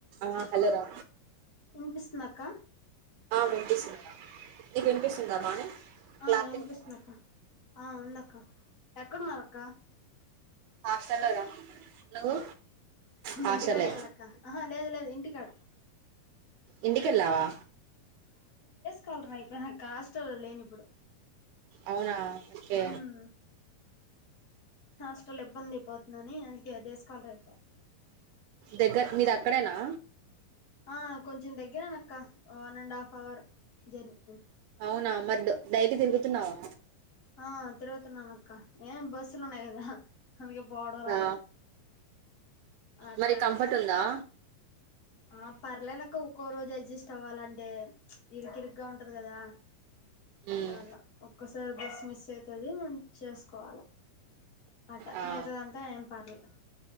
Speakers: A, on the right (about 85°); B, on the left (about 45°).
A: ఆ హలో రా
B: వినిపిస్తుందా అక్క
A: వినిపిస్తుంది రా నీకు వినిపిస్తుందా బానే క్లారిటీగా
B: ఆ వినిపిస్తుంది
A: ఉందా రా
B: అక్క ఆ ఉంద క ఎక్కడున్నారు అక్క
A: హాస్టల్లో రా నువ్వు హాస్టలే
B: ఇంటికాడ కదా అక్క ఆహ లేదు లేదు ఇంటికాడ
A: ఇంటికెళ్ళావా
B: కలర అయిపోయి నా కాస్టల్లో లేను ఇప్పుడు
A: అవునా
B: మ్
A: ఓకే
B: హాస్టల్ ఇబ్బందిపోతుందని అందుకే డేస్ స్కాలర్ అయిపోయా
A: దగ్గర మీది అక్కడేనా
B: ఆ కొంచెం దగ్గరే అక్క one and half hour journey
A: అవునా మరి డైలి తిరుగుతున్నావా
B: ఆ తిరుగుతున్నాను అక్క ఏ బస్ లోనే కదా అందుకే పోవడం
A: ఆ
B: రావడం అట్లానే
A: మరి కంఫర్ట్ ఉందా
B: ఆ పర్లేదు అక్క ఒక్కో రోజు అడ్జస్ట్ అవ్వాలంటే ఇరుకిరుగ్గా ఉంటది కదా
A: ఉమ్
B: అలా అలా ఒక్కసారి బస్ మిస్ అవుతుంది మ చేసుకోవాలి అట
A: ఆ
B: మిగతాదంతా ఏం పర్లే